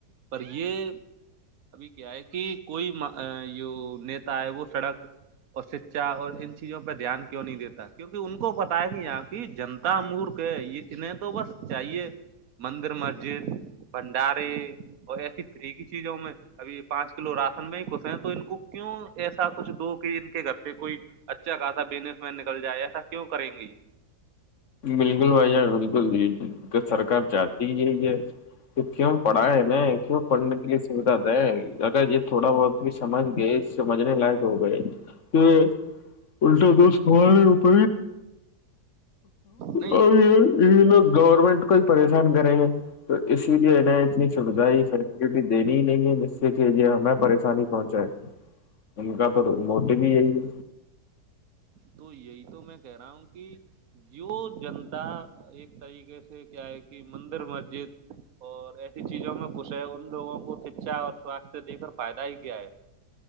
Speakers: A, on the right; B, on the left.
A: پر یہ ابھی کیا ہے کہ کوئی جویتا ہے وہ سڑک اور شکچھا اور ان چیزوں پہ دھیان کیوں نہیں دیتا کیوںکہ ان کو پتائے گ یہاں کی جنتا مورکھ یہ اتنے تو بس چاہیے مندر مسجد بھنڈارے اور ایسی فری کی چیزوں میں ابھی پانچ کلو راشن میں ہی کش ہیں تو ان کو کیوں ایسا کچھ دو کہ ان کے گھر سے کوئی اچھا خاصا بزنس مین نکل جائے ایسا کیوں کریں گے یہ
B: بالکل بھائی جان بالکل ج سرکار چاہتی یہ یہ تو کیوں پڑھا ہے ن کیوں پڑھنے کے لیے سوھا د اگر یہ تھوڑا بہت بھی سمجھ گئے سمجھنے لائق ہو بھائی کہ الٹا دوستارےپ
A: نہیں
B: اور یہ یہ لوگ گورنمنٹ کو ہی پریشان کریں گے تو اسی لیے اتنی سویدھ فیسلٹی دینی ہی نہیں ہے جس سے کہجے ہمیں پریشانی پہنچاائے ان کا تو موٹیو ہی یہی ہے
A: تو یہی تو میں کہہ رہا ہوں کہ جو جنتا ایک طریقے سے کیا ہے کہ مندر مسجد اور ایسی چیزوں میں خش ہے ان لوگوں کو شکچھا اور سواستھ دے کر فائدہ ہی کیا ہے